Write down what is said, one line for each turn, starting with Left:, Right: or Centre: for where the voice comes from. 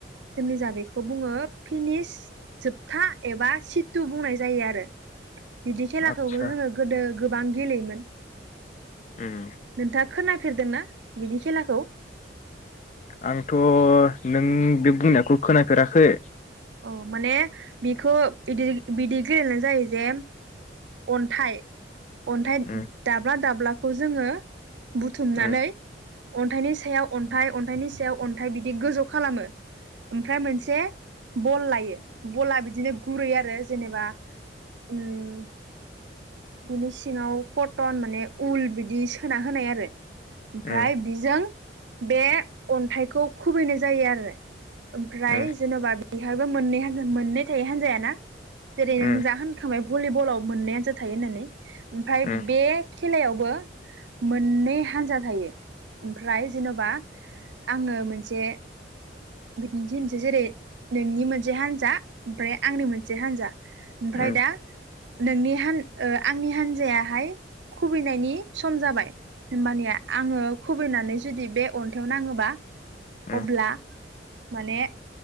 Right: जोंनिजा बेखौ बुङो फिनिस जोबथा एबा सितु बुंनाय जायो आरो बिदि खेलाखौबो
Left: आदसा
Right: जोङो गोदो गोबां गेलेयोमोन।
Left: उम
Right: नोंथाङा खोना फेरदोंना बिदि खेलाखौ?
Left: आंथ नों बे बुंनायखौ खोनाफेराखै।
Right: औ माने बिखौ बिदि बिदि गेलेनाय जायो जे अन्थाइ। अन्थाइ
Left: उम
Right: दाब्ला दाब्ला खौ जोङो बुथुमनानै
Left: उम
Right: अन्थाइनि सायाव अन्थाइ अन्थायनि सायाव अन्थाइ बिदि गोजौ खालामो, ओमफ्राय मोनसे बल लायो, बला बिदिनो गुरै आरो जेनेबा ओम बिनि सिङाव कटन माने उल बिदि सोना होनाय आरो। ओमफ्राय
Left: उम
Right: बेजों बे अन्थाइखौ खुबैनाय जायो आरो। ओमफ्राय
Left: उम
Right: जेनबा बेहायबो मोननै मोननै थायो हान्जायाना? जेरै
Left: उम
Right: नों जा होनखाबाय भलिबलाव मोननै हानजा थायो होननानै। ओमफाय
Left: उम
Right: बे खेलायावबो मोननै हान्जा थायो ओमफ्राय जेन'बा आङो मोनसे बिदिनथि होनसै जेरै नोंनि मोनसे हान्जा ओमफ्राय आंनि मोनसे हान्जा। ओमफ्राय
Left: उम
Right: दा नोंनि हान ओ आंनि हान्जायाहाय खुबैनायनि सम जाबाय, होमबानिया आङो खुबैनानै जुदि बे अन्थायाइाव नाङोबा
Left: उम
Right: अब्ला माने